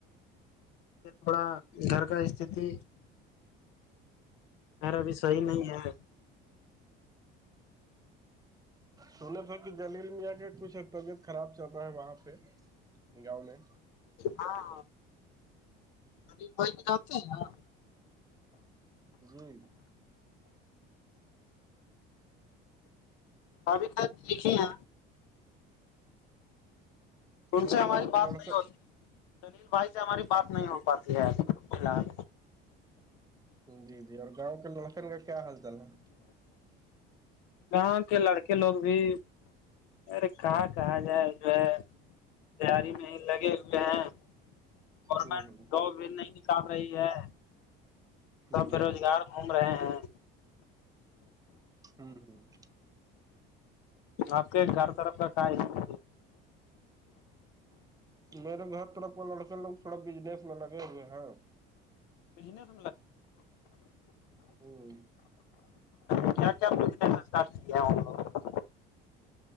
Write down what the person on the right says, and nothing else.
سنا تھا کہ جلیل میاں کے کچھ ہے پگت خراب چل رہا ہے وہاں پہ گاؤں میں
جی
اور
گاؤں کے
لڑکوں
جی
جی جی اور گاؤں کے لکھن کا کیا حال چال ہے
ہ ہوں
ہوں
ہوں
میرے گھر طرف لڑکے لوگ تھوڑا بجنس میں لگے ہوئے ہیں
ہوں